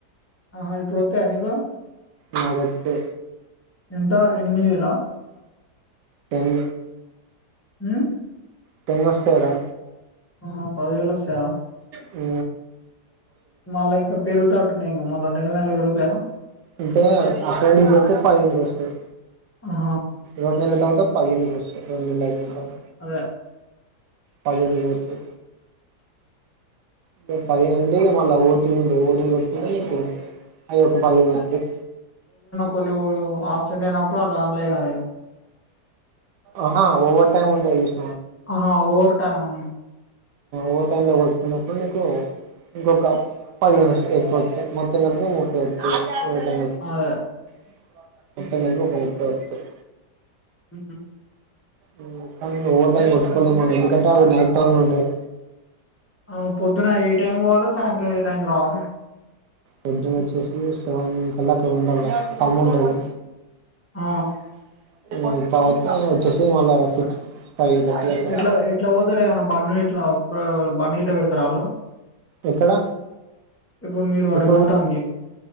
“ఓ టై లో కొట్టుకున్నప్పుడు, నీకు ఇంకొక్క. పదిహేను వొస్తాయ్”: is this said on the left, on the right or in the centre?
Right